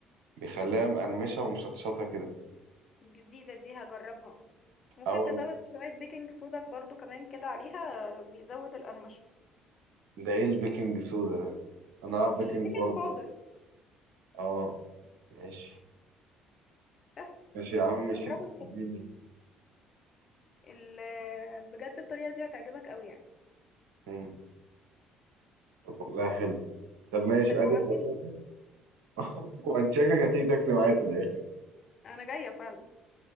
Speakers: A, on the right; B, on the left.
A: بيخليها مقرمشة ومشطشطة كده
B: الجديده دي هجربها ممكن
A: أول
B: تزود شويه بيكنج صودا برضو كمان كده عليها بيزود القرمشه
A: ده إيه البيكنج سودا ده؟ أنا أعرف بيكنج
B: البيكنج
A: باودر
B: باودر
A: أه ماشي
B: بس
A: ماشي يا عم
B: جربوا
A: شيف
B: كده
A: اديني
B: ال- بجد الطريقه دي هتعجبك قوي يعني
A: مم. طب والله حلو طب ماشي
B: انت جوعتني
A: أدي البطاطس <laughs> وأنت شكلك هتيجي تاكل معايا في الآخر
B: انا جايه فعلا